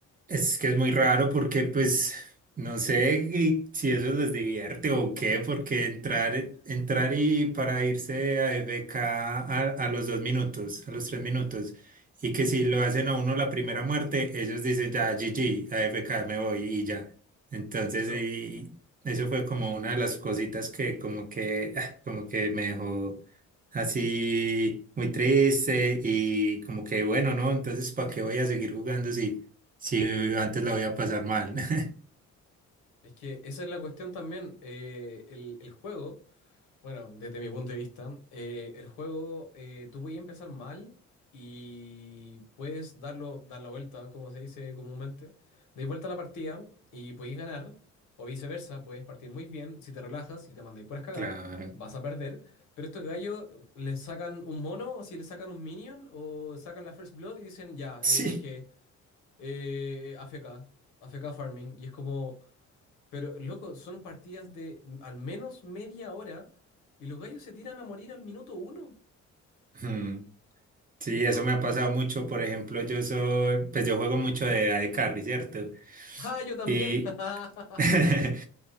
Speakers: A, on the right; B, on the left.
A: Es que es muy raro porque pues no sé qué- si eso les divierte o qué, porque entrar, entrar y para irse a f k a, a los dos minutos, a los tres minutos, y que si lo hacen a uno la primera muerte, ellos dicen ya GG, a f k me voy y ya. Entonces
B: Eso,
A: y eso
B: eh,
A: fue como una de las cositas que como que, ah, como que me dejó así muy triste y como que bueno, ¿no? Entonces ¿para qué voy a seguir jugando si... Sí, antes la voy a pasar mal. <laughs>
B: es que esa es la cuestión también. eh, el, el juego Bueno, desde mi punto de vista, eh, el juego, eh, tú puedes empezar mal y puedes darlo, dar la vuelta, como se dice comúnmente. Deis vuelta a la partida y podéis ganar, o viceversa, puedes partir muy bien. Si te relajas y te mandáis puras cagadas,
A: Claro.
B: vas a perder. Pero estos gallos eh, les sacan un mono, o si les sacan un minion, o sacan la First Blood y dicen, ya,
A: Sí.
B: eh, jeje, eh, AFK, AFK Farming. Y es como. Pero, loco, son partidas de mm, al menos media hora y los gallos se tiran a morir al minuto uno.
A: Ujú. Sí,
B: No.
A: eso me ha pasado mucho. Por ejemplo, yo soy, pues yo juego mucho de AD Carry, ¿cierto?
B: <laughs> ¡Ah, yo también!
A: Y,
B: <laughs>
A: <laughs>